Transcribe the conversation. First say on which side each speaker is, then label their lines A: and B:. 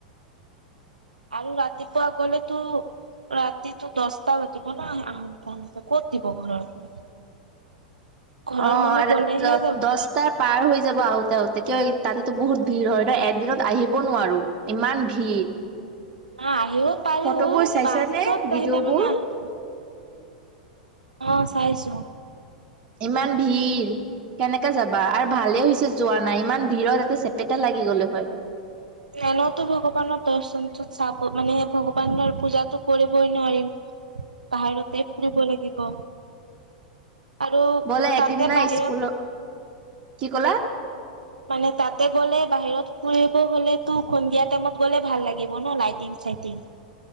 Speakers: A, on the right; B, on the right.
A: আৰু ৰাতিপুৱা গ'লেটো ৰাতিটো দশটা বাজিব ন' আহন আহোতে ক'ত দিব ঘৰৰ পৰা। ঘৰৰ
B: অ',
A: মানুহ গলেহে যাব
B: দশটাৰ পাৰ হৈ যাব আহোতে আহোতে কিয় তাতেটো বহুত ভিৰ হয় ন' এদিনত আহিব নোৱাৰোঁ ইমান ভিৰ।
A: না আহিব পাৰোঁ
B: ফটো
A: পাছত
B: নে ভিডিঅ'বোৰ
A: আহিলে মানে আহি অ', চাইছোঁ।
B: ইমান ভিৰ। কেনেকে যাবা আৰু ভালেই হৈছে যোৱা নাই ইমান ভিৰত এতে চেপেটা লাগি গ'লো হয়।
A: এনেওটো ভগৱানৰ দৰ্শন চত চাব মানে ভগৱানৰ পূজাটো কৰিবই নোৱাৰিম।
B: <inaudible>
A: বাহিৰতে ফুৰিব লাগিব। আৰু
B: ব'লা এদিন
A: তাতে
B: না
A: বাহিৰত
B: স্কুলত, কি ক'লা?
A: মানে তাতে গ'লে বাহিৰত ফুৰিব হ'লেতো সন্ধিয়া টাইমত গ'লে ভাল লাগিব ন' লাইটিং <unintelligible>